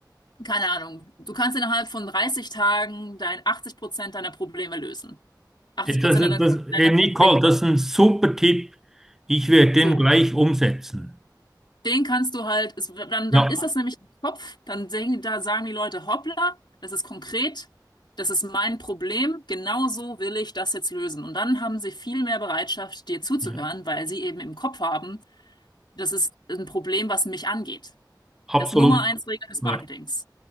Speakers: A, on the left (about 75°); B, in the centre.
A: keine Ahnung, du kannst innerhalb von 30 Tagen dein 80 Prozent deiner Probleme lösen. 80
B: Das,
A: Prozent
B: ist-
A: deiner, Kon
B: das,
A: deiner
B: hey Nicole,
A: Konflikte.
B: das ist ein super Tipp. Ich werde den
A: So.
B: gleich umsetzen.
A: Den kannst du halt, es, dann,
B: Ja,
A: dann ist das nämlich im Kopf, dann sehen, da sagen die Leute, hoppla, das ist konkret, das ist mein Problem, genau so will ich das jetzt lösen. Und dann haben sie viel mehr Bereitschaft, dir zuzuhören,
B: ja,
A: weil sie eben im Kopf haben, das ist ein Problem, was mich angeht.
B: absolut.
A: Das Nummer eins Regel des
B: Ja,
A: Marketings.